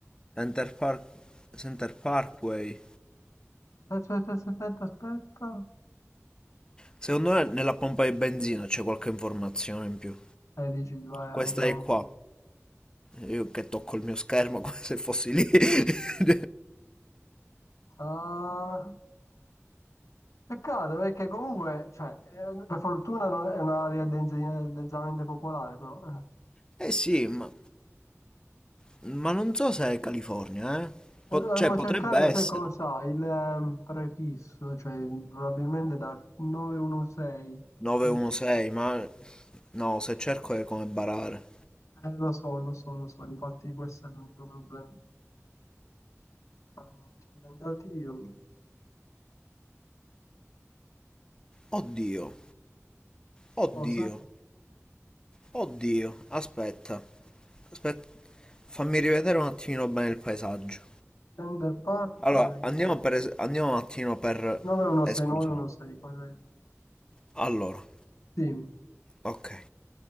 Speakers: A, on the left; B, on the left.
A: Center Park, Center Parkway.
B: Aspetta, aspetta, aspetta, aspetta.
A: Secondo me nella pompa di benzina c'è qualche informazione in più.
B: E dici, vai,
A: Questa
B: andiamo.
A: è qua. Io che tocco il mio schermo come se fossi lì. <laughs>
B: Ah, peccato perché comunque, cioè, è un- per fortuna no- è un'area dense- densamente popolare, però. eh.
A: Eh sì, ma, ma non so se è California, eh?
B: E
A: Po-
B: dovremmo
A: cioè potrebbe
B: cercare,
A: essere.
B: sai cosa? Il ehm, prefisso, cioè probabilmente dal 916.
A: 916,
B: che-
A: ma no, se cerco è come barare.
B: Eh, lo so, lo so, lo so, infatti questo è l'unico problema. Fare un ultimo tentativo.
A: Oddio, oddio,
B: Cosa?
A: oddio, aspetta, aspetta, fammi rivedere un attimino bene il paesaggio.
B: Center Parkway
A: Allora, andiamo, per es- andiamo un attimo per
B: 916,
A: esclusione.
B: 916, corretto.
A: Allora,
B: Sì.
A: ok,